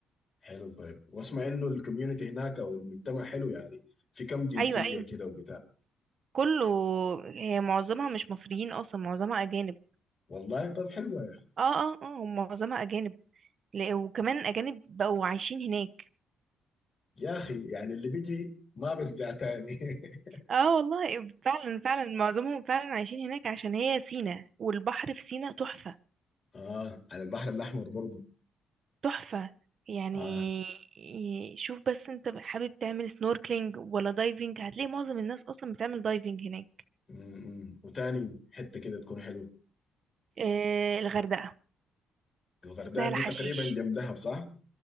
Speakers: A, on the left (about 45°); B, on the right (about 50°).
A: حلو طيب واسمع انه الكوميونتي هناك او المجتمع حلو يعني في كم جنسية
B: ايوه ايوه
A: كده وبتاع
B: كله هي معظمها مش مصريين اصلا معظمها اجانب
A: والله طب حلوة يا اخي
B: اه اه اه هم معظمها اجانب ل- وكمان أجانب بقوا عايشين هناك
A: يا اخي يعني اللي بيجي ما بيرجع تاني <laughs>
B: اه والله فعلا فعلا معظمهم فعلا عايشين هناك عشان هي سينا والبحر في سينا تحفة
A: اه على البحر الاحمر برضه
B: تحفة يعني
A: اه
B: ي- شوف بس انت حابب تعمل سنوركلينج ولا دايفنج هتلاقي معظم الناس اصلا بتعمل دايفنج هناك
A: امم وتاني حتة كده تكون حلوة
B: آه الغردقة
A: الغردقة
B: سهل
A: دي
B: حشيش
A: تقريبا جنب دهب صح؟